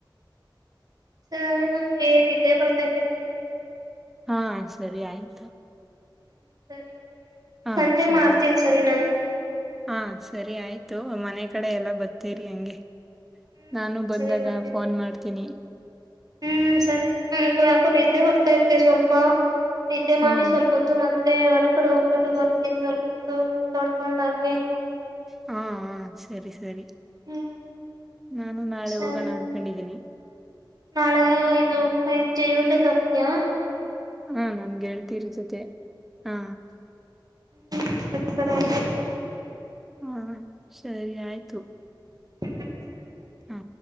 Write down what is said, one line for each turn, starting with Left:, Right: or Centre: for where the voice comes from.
Right: ಸರಿ ನಂಗೆ ನಿದ್ದೇ ಬರ್ತಾ ಐತೆ
Centre: ಹಾ ಸರಿ ಆಯ್ತು
Right: ಹ್ಮ ಸರಿ ಹ್ಮ್
Centre: ಹಾ
Right: ಸಂಜೆ
Centre: ಸರಿ
Right: ಮಾಡ್ತೇನಿ ಸರಿ ನಾ
Centre: ಹಾ ಸರಿ ಆಯ್ತು ಮನೆ ಕಡೆ ಎಲ್ಲ ಬರ್ತೀರಿ ಹಂಗೆ
Right: ಹ್ಮ್
Centre: ನಾನು
Right: ಸರಿ
Centre: ಬಂದಾಗ
Right: ಸರಿ ಬರ್ತೀನಿ
Centre: ಫೋನ್ ಮಾಡ್ತೀನಿ
Right: ಹ್ಮ್ ಸರಿ ನಂಗು ಯಾಕೋ ನಿದ್ದೆ ಬರ್ತೈತ್ರಿ ಸ್ವಲ್ಪ ನಿದ್ದೆ
Centre: ಹ್ಮ್
Right: ಮಾಡಿ ಸ್ವಲ್ಪ ಹೊತ್ತು ಮ ಮತ್ತೆ ಹೊರಗಡೆ ಹೋಗ್ಬಿಟ್ಟು ಬರ್ತೀನಿ ಸ್ವಲ್ಪ ರೌಂಡ್ ಹಂಗೆ
Centre: ಹಾ ಹ ಸರಿ ಸರಿ
Right: ಹ್ಮ್
Centre: ನಾನು ನಾಳೆ
Right: ಸರಿ
Centre: ಹೋಗೋಣ ಅನ್ಕೊಂಡಿದ್ದೀನಿ
Right: ನಾಳೆ ಇದು ಜೈೂ <unintelligible> ಇವರ್ ಜೊತೆ ಹೋಗ್ತಯಾ
Centre: ಹಾ ನಮ್ ಗೆಳ್ತಿ ರ್ ಜೊತೆ ಹಾ
Right: ಹಸತ
Centre: ಹಾ ಸರಿ ಆಯ್ತು
Right: ಹ್ಮ್ ಸರಿ.
Centre: ಹಾ